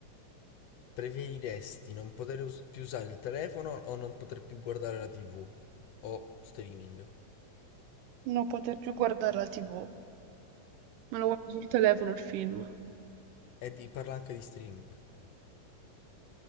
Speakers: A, on the left (about 70°); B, on the right (about 85°).
A: Preferiresti non poter us- più usare il telefono o non poter più guardare la TV? O streaming?
B: Non poter più guardare la TV. Me lo guardo sul telefono il film.
A: E di- parla anche di streaming.